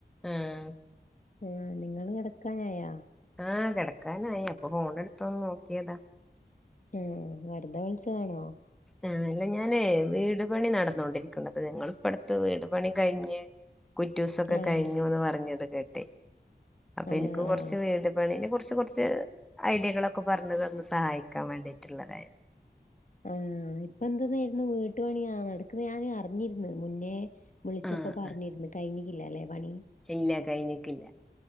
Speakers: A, in the centre; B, on the left (about 45°).
A: ആഹ്
B: ആഹ് നിങ്ങള് കെടക്കാനായാ?
A: ആഹ് കെടക്കാനായി അപ്പൊ ഫോണ് എടുത്തൊന്ന് നോക്കിയതാ
B: ഹും വെറുതെ വിളിച്ചാണോ
A: ആഹ് അല്ല ഞാനേ വീട് പണി നടന്നോണ്ടിരിക്കുന്നു അത് ഞങ്ങിപ്പടുത്ത് വീട് പണി കഴിഞ്ഞ്- കുറ്റൂസൊക്കെ
B: ആഹ്
A: കഴിഞ്ഞുന്ന് പറഞ്ഞത് കേട്ടെ അപ്പൊ
B: ആഹ്
A: എനിക്ക്
B: ആഹ്
A: കൊറച്ച് വീട്- പണിനെ കൊറച്ച് കൊറച്ച് ഐഡിയകളൊക്കെ പറഞ് തന്ന് സഹായിക്കാൻ വേണ്ടിയിട്ടുള്ളതായിരുന്നു
B: ആഹ് ഇപ്പ എന്തെന്നായിരുന്നു വീട്ടുപണിയാ നടക്കുന്ന ഞാൻ അറിഞ്ഞിരുന്നത് മുന്നേ- വിളിച്ചപ്പോ
A: ആഹ്
B: പറഞ്ഞിരുന്നു കഴിഞ്ഞിക്കില്ല അല്ലേ പണി
A: ഇല്ല കഴിഞ്ഞട്ടില്ല